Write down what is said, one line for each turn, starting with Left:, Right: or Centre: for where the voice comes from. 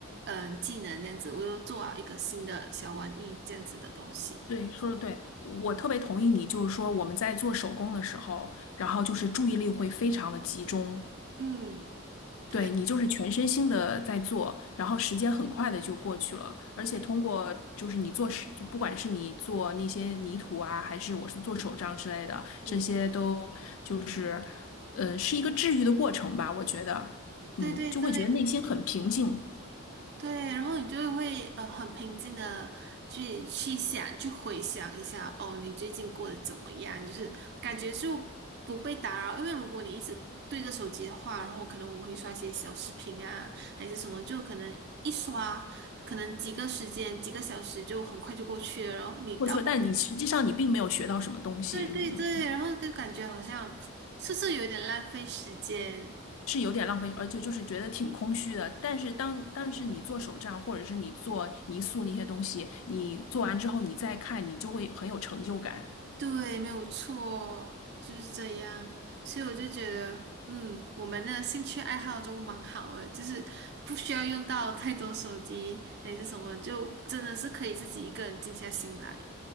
Right: 嗯技能这样子，我又做了一个新的小玩意这样子的东西。
Left: 对，说的对，我特别同意你，就是说我们在做手工的时候，然后就是注意力会非常的集中，
Right: 嗯，对，
Left: 对你就是全身心的在做，然后时间很快的就过去了，而且通过就是你做手，就不管是你做那些泥土啊，还是我是做手账之类的，
Right: 嗯，
Left: 这些都就是，呃，是一个治愈的过程吧，我觉得，嗯，
Right: 对对对
Left: 就会觉得内心很平静
Right: 对，然后你就会呃很平静的去去想，去回想一下，哦，你最近过得怎么样？就是感觉就不被打扰，因为如果你一直对着手机的话，然后可能我们会刷一些小视频啊，还是什么，就可能一刷。可能几个时间、几个小时就很快就过去了，然后你到
Left: 过去了，但你实际上你并没有学到什么东西，
Right: 对对对，
Left: 嗯
Right: 然后就感觉好像是不是有点浪费时间？
Left: 是有点浪费，而且就是觉得挺空虚的。但是当但是你做手账，或者是你做泥塑那些东西，你做完之后你再看，你就会很有成就感。
Right: 对，没有错，就是这样。所以我就觉得，嗯，我们的兴趣爱好都蛮好的，就是不需要用到太多手机还是什么，就真的是可以自己一个人静下心来。